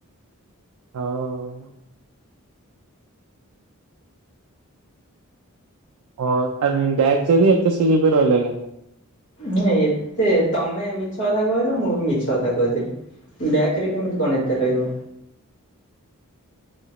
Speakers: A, on the right (about 75°); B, on the left (about 55°).
A: ହଉ। ଓ ବ୍ୟାକ ଯଦି ଏତେ ସି ଜି ରହିଲା କେମିତି?
B: ନଁ ଏତେ ତମେ ମିଛ କଥା କହିଲ ମୁଁ ବି ମିଛ କଥା କହିଦେଲି ବ୍ୟାଗ ରେ କେମିତି କଣ ଏତେ ରହିବ।